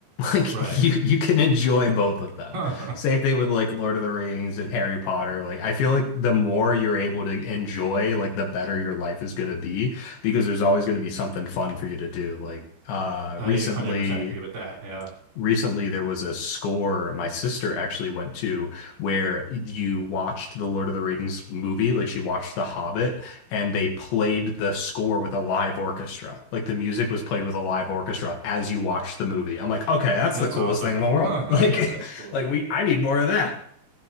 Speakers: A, on the left; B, on the right.
A: Like
B: Right.
A: you
B: <laughs>
A: you can enjoy both of them.
B: Huh.
A: Same thing with like Lord of the Rings and Harry Potter. Like I feel like the more you're able to enjoy, like the better your life is going to be because there's always going to be something fun for you to do. Like uh
B: I
A: recently
B: 100% agree with that. Yeah.
A: recently there was a score my sister actually went to where you watched the Lord of the Rings movie, like she watched The Hobbit, and they played the score with a live orchestra. Like the music was played with a live orchestra as you watched the movie. I'm like, okay, that's
B: That's
A: the coolest
B: awesome.
A: thing in the world.
B: <laughs> Yeah.
A: <laughs> Like,
B: That's cool.
A: like we, I need more of that.